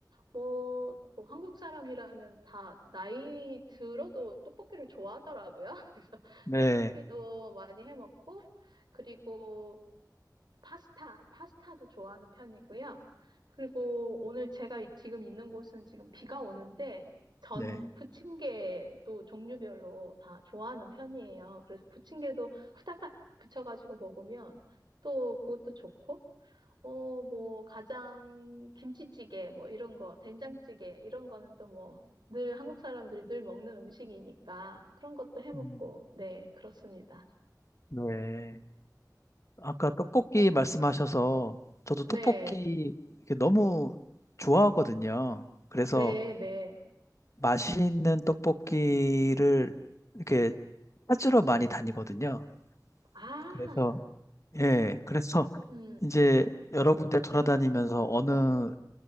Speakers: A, on the right; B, on the left.
A: 뭐, 뭐 한국 사람이라면 다 나이 들어도 떡볶이를 좋아하더라고요. <laughs> 그래서
B: 네,
A: 떡볶이도 많이 해 먹고, 그리고 파스타, 파스타도 좋아하는 편이고요. 그리고 오늘 제가 이- 지금 있는 곳은 지금 비가 오는데 전
B: 네.
A: 부침개도 종류별로 다 좋아하는 편이에요. 그래서 부침개도 후다닥 부쳐가지고 먹으면 또 그것도 좋고, 어, 뭐, 가장 김치찌개 뭐 이런 거, 된장찌개 이런 거는 또 뭐 늘 한국 사람들이 늘 먹는 음식이니까 그런 것도 해 먹고,
B: 음,
A: 네, 그렇습니다.
B: 네. 아까 떡볶이 말씀하셔서 저도 떡볶이
A: 네,
B: 이렇게 너무 좋아하거든요. 그래서
A: 네, 네.
B: 맛있는 떡볶이를 이렇게 찾으러 많이 다니거든요.
A: 아.
B: 그래서, 예, 그래서
A: 음,
B: 이제 여러 군데 돌아다니면서 어느